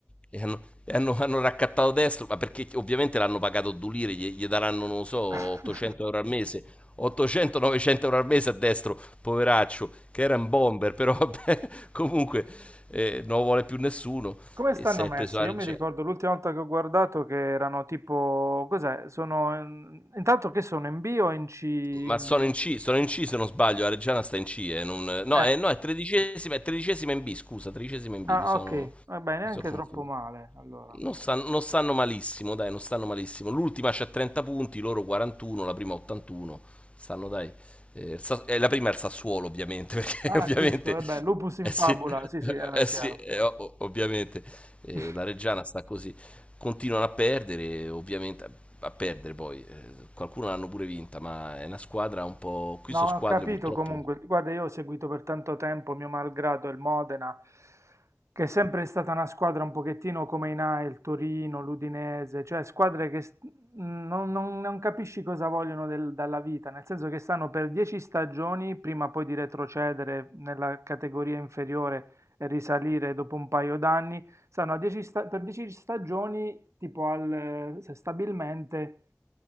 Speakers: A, on the left; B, on the right.
A: e hanno, e hanno, hanno raccattato Destro, ma perché ovviamente l'hanno pagato Dulire, gli, gli daranno non lo so 800
B: <laughs>
A: euro al mese, 800-900 euro al mese a destro, poveraccio, che era un bomber, però <laughs> vabbè, comunque eh, non lo vuole più nessuno.
B: Come
A: E
B: stanno
A: se è
B: messi?
A: preso la
B: Io
A: Reggiana.
B: mi ricordo l'ultima volta che ho guardato che erano tipo, cos'è? Sono in- intanto che sono in B o in C? In-
A: Ma sono in C, sono in C se non sbaglio, la Reggiana sta in C. eh, non- No,
B: Eh.
A: eh, no, è tredicesima, è tredicesima in B, scusa, tredicesima in B,
B: Ah,
A: mi sono,
B: ok, vabbè, neanche
A: mi sono confuso.
B: troppo male allora.
A: Non stanno, non stanno malissimo, dai, non stanno malissimo. L'ultima c'ha 30 punti, loro 41, la prima 81. Stanno, dai. eh, il Sa- eh, la prima è il Sassuolo, ovviamente, <laughs> perché
B: Ah,
A: ovviamente...
B: giusto, vabbè, lupus in
A: Eh sì,
B: fabula, sì, sì, eh,
A: eh
B: è
A: sì,
B: chiaro.
A: eh, o- o- ovviamente. eh,
B: <laughs>
A: la Reggiana sta così. continuano a perdere, ovviamente a perdere poi, eh, qualcuno l'hanno pure vinta, ma è una squadra un po'... Qui
B: No,
A: sono
B: ma
A: squadre
B: ho capito
A: purtroppo...
B: comunque. Guarda, io ho seguito per tanto tempo, mio malgrado, il Modena, che è sempre stata una squadra un pochettino come i Nai, il Torino, l'Udinese, cioè squadre che st- non, non- non capisci cosa vogliono del- dalla vita, nel senso che stanno per 10 stagioni prima poi di retrocedere nella categoria inferiore e risalire dopo un paio d'anni, stanno a 10 sta- per 10 stagioni tipo al, eh, stabilmente